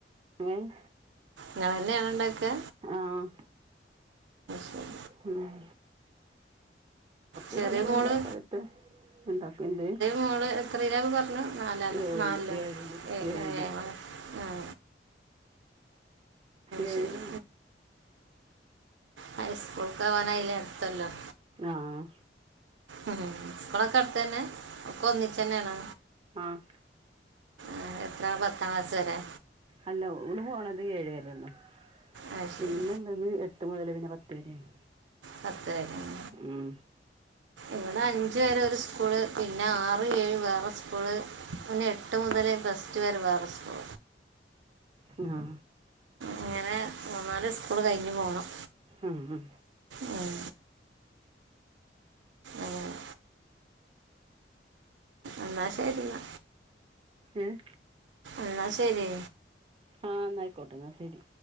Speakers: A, on the right; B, on the right.
A: ഏഹ്
B: നിങ്ങ തന്നെയണ ഉണ്ടൊക്കെ
A: ആഹ്
B: ശരി
A: ഉം
B: ചെറിയ
A: ഇപലണ്ടെങ്കിൽ
B: മോള്
A: ആഹ് തരത്ത് ഉണ്ടാക്കുംണ്ട്
B: മോൾ എത്രയില പറഞ്ഞെ നാലല്ല
A: ഏഴിൽ
B: നാല
A: ഏഴിൽ
B: ഏഹ്
A: ഏഴിൽ
B: ആഹ്
A: ഏഴില
B: ശരി ഹൈസ്കൂൾക്ക്കാന അയിലെ അടുത്ത കോല്ലം
A: ആഹ്
B: ഉം ഇപ്പളൊക്കെ അടുത്ത് തന്നെ ഒക്ക ഒന്നിച്ചു തന്നെയാണ്
A: ആഹ്
B: ആഹ് എത്ര പത്താം ക്ലാസ് വരാ
A: അല്ല ഒള് പോണത് ഏഴ് വരെള്ളൂ
B: ആ ശരി
A: പിന്നെ എട്ട് മുതൽ പിന്നെ പത്ത് വേരാണ്
B: പത്ത് വരെയാണ്
A: ഉം
B: ഓള് അഞ്ച് വരെ ഒരു സ്കൂള് പിന്നെ ആറ്, ഏഴ് വേറെ സ്കൂള് പിന്നെ എ് ട്ട് മുതല് പ്ലസ് റ്റു വരെ വാറെ സ്ക്കുള്
A: ആഹ്
B: അങ്ങനെ മൂന്നാല് സ്കൂൾ കഴിഞ്ഞ് പോണം.
A: ഉം ഉം
B: ഉം ആഹ് എന്നാ ശരിന്നാ
A: ഏഹ്
B: എന്നാ ശരി
A: ആഹ് എന്നായിക്കോട്ടെ എന്നാ ശരി